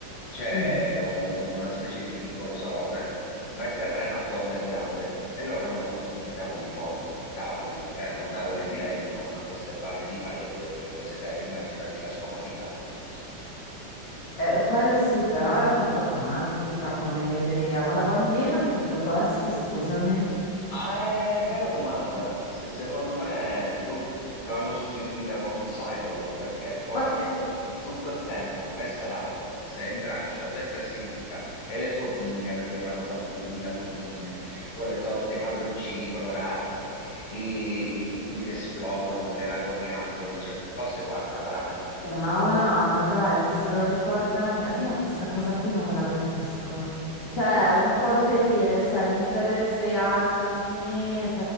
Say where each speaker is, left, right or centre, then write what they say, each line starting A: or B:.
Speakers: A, on the left; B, on the left.
A: C'è
B: Mm.
A: un- una specie di piccolo salone, ma il terreno attorno è grande e loro hanno fatto tutti i tavoli fuori. Tavoli, erano tavole di legno con queste balle di paglia dove ti puoi sedere. Immaginati la scomodità quando uno si siede lì.
B: Eh, quello sì, però è molto romantica come idea. Ma la bambina in tutto questo, scusami.
A: Ah, è bella domanda. Se- secondo me, boh, lo hanno sostituita con un cyborg perché poi,
B: Ma, che-
A: poi tutto il tempo messa là, se- in braccio a destra e a sinistra e le fotine perché hanno fatto 2000 fotine con le torte, i palloncini colorati, i, i tubi che esplodono, quelle la coriandoli, cioè cose, guarda, veramente.
B: <laughs> eh, ma
A: boh,
B: un anno, dai, non se lo ricorda neanche. Io questa cosa qui non la capisco. Cioè, un conto è dire, sai, inizia ad avere sei anni,